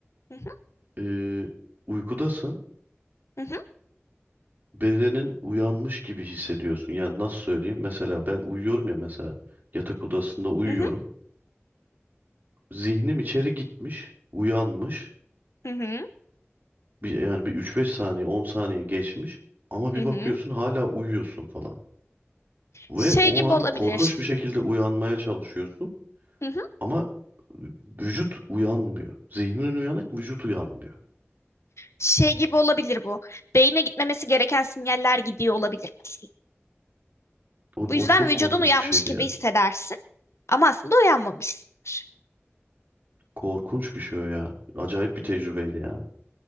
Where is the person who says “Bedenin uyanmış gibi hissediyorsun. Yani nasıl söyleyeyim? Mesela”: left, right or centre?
Right